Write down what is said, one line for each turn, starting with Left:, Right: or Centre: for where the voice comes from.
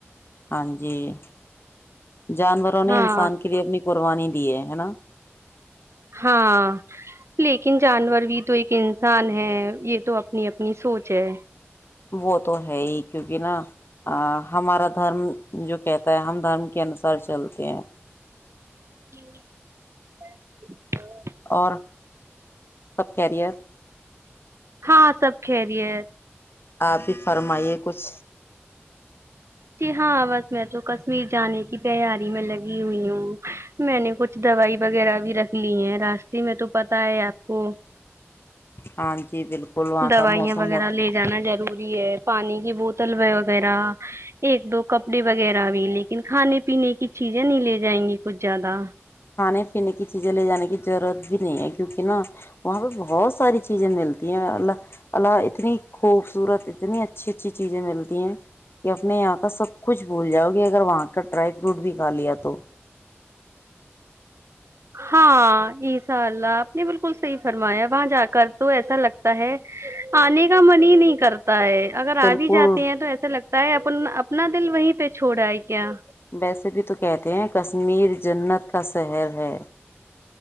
Left: ہاں جی <inaudible> جی جانوروں
Right: ہاں
Left: نے انسان کے لیے اپنی <unintelligible> قربانی دیے ہے نا <unintelligible>
Right: ہاں لیکن جانور بھی تو ایک انسان ہے یہ تو اپنی اپنی سوچ ہے <unintelligible>
Left: بت <inaudible> تو ہے ہی کیونکہ نا ہمارا دھرم <unintelligible> جو کہتا ہے ہم دھرم <unintelligible> کے انسار چلتے ہیں <unintelligible>
Right: ہی <inaudible>
Left: اور سب کیریئر <unintelligible>
Right: ہاں سب کہہری ہے
Left: آپ بھی فرمائیے کچھ
Right: جی ہاں بس میں تو کشمیر جانے کی تیاری میں لگی ہوئی ہوں میں نے کچھ دوائی وغیرہ بھی رکھ لی ہے راستے میں تو پتا ہے آپ کو
Left: ہاں جی بالکل وہاں
Right: دوائیاں
Left: کا موسم
Right: وغیرہ
Left: اور
Right: لے جانا ضروری ہے پانی کی بوتل وغیرہ ایک دو کپڑے وغیرہ بھی لیکن کھانے پینے کی چیزیں نہیں لے جائیں گی ک زیادہ
Left: کھانے پینے کی چیزیں لے جانے کی ضرورت بھی نہیں ہے کیوںکہ نا وہاں پہ بہت ساری چیزیں ملتی ہیں اللہ اللہ اتنی خوبصورت اتنی اچھی اچھی چیزیں ملتی ہیں کہ اپنے یہاں کا سب کچھ بھول جاؤ گ اگر وہاں کا ڈرائی فروٹ بھی کھا لیا تو
Right: ہاں ایشاء اللہ آپ نے بالکل صحیح فرمایا وہاں جا کر تو ایسا لگتا ہے آنے کا من ہی نہیں کرتا تا ہے اگر
Left: بالکل
Right: آ بھی جاتے ہیں تو ایسا لگتا ہے اب اپ اپنا دل وہیں پہ چھوڑا ہے کیا
Left: ویسے بھی تو کہتے ہیں کشمیر جنت کا شہر ہے